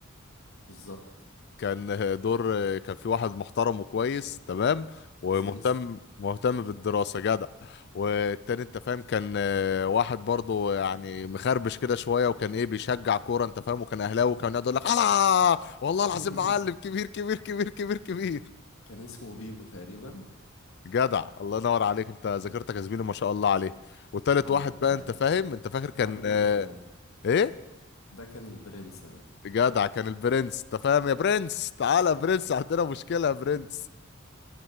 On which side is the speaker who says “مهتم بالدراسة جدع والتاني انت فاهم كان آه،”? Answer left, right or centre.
Left